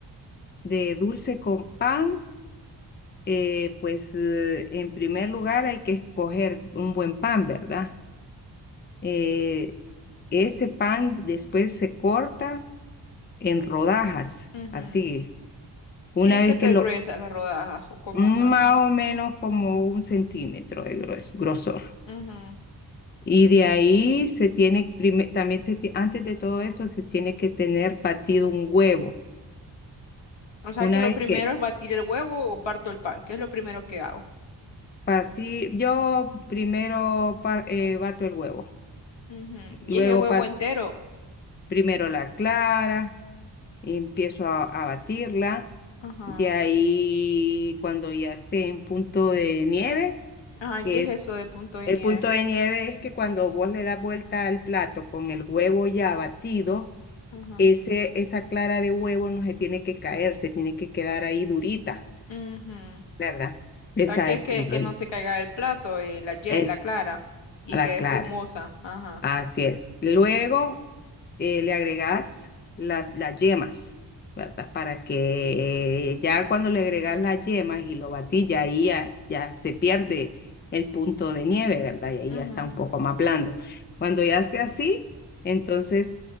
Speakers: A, on the left (about 25°); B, on the left (about 80°).
A: De dulce con pan, eh, pues eh, en primer lugar hay que escoger un buen pan, ¿verdad? Eh, ese pan después se corta en rodajas,
B: Ujú, ujú.
A: así, una
B: Tienen
A: vez
B: que ser
A: que lo,
B: gruesas las rodajas o cómo
A: más
B: son.
A: o menos como un centímetro de grues- grosor.
B: Ujú.
A: Y de ahí se tiene, prime- también se ti- antes de todo esto, se tiene que tener batido un huevo.
B: O sea
A: Una
B: que lo
A: vez
B: primero
A: que
B: es batir el huevo o parto el pan, que es lo primero que hago.
A: partí, yo primero par- eh, bato el huevo,
B: Ujú, Y
A: luego
B: es el huevo
A: par-
B: entero.
A: primero la clara, y empiezo a, a batirla.
B: Ajá.
A: De ahí, cuando ya esté en punto de nieve,
B: Ay,
A: que
B: ¿qué es
A: es,
B: eso de punto de
A: el
B: nieve?
A: punto de nieve es que cuando vos le das vuelta al plato con el huevo ya batido,
B: Ajá.
A: ese, esa clara de huevo no se tiene que caer, se tiene que quedar ahí durita,
B: Ujú. O
A: ¿verdad? Esa
B: sea, que
A: es
B: es que,
A: pompones.
B: que no se caiga el plato, eh, la, ye-
A: Es
B: la clara, y
A: la
B: que es
A: clara.
B: espumosa. Ajá.
A: Así es. Luego eh, le agregas las, las yemas, ¿verdad? Para que eh, ya cuando le agregas las yemas y lo batís, ya ahí ya, ya se pierde el punto de nieve, ¿verdad? Y ahí
B: Ujú,
A: ya está un poco más blando. Cuando ya esté así, entonces